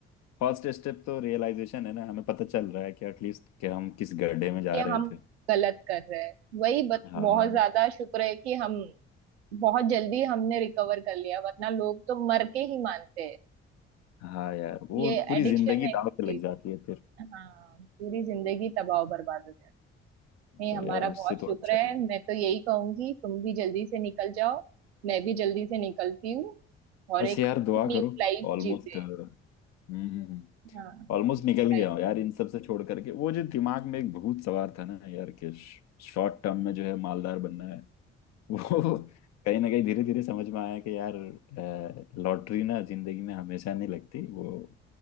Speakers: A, on the left; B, on the right.
A: फर्स्ट स्टेप तो रियलाइजेशन है ना हमें पता चल रहा है कि एटलीस्ट कि हम किस गड्ढे में जा
B: कि
A: रहे
B: हम गलत कर रहे हैं वही बस
A: हाँ
B: बहुत ज्यादा शुक्र है कि हम बहुत जल्दी हमने रिकवर कर लिया वरना लोग तो मर के ही मानते हैं
A: हाँ यार वो
B: ये
A: पूरी
B: एडिक्शन
A: जिंदगी
B: ऐसी
A: दाव
B: चीज
A: पे लग जाती है फिर
B: है हाँ पूरी जिंदगी तबाह बर्बाद हो जाए नहीं
A: तो
B: हमारा
A: यार उससे
B: बहुत
A: तो
B: शुक्र
A: अच्छा
B: है
A: ही है
B: मैं तो यही कहूंगी तुम भी जल्दी से निकल जाओ मैं भी जल्दी से निकलती हूँ और
A: बस
B: एक
A: यार दुआ
B: न्यू
A: करो
B: लाइफ
A: ऑलमोस्ट
B: जीते
A: हम्म
B: हाँ
A: ऑलमोस्ट निकल गया
B: राइट
A: हूँ यार इन सब से छोड़ करके वो जो दिमाग में एक भूत सवार था ना यार कि शॉर्ट टर्म में जो है मालदार बनना है <laughs> वो कहीं ना कहीं धीरे धीरे समझ में आया कि यार लॉटरी ना जिंदगी में हमेशा नहीं लगती वो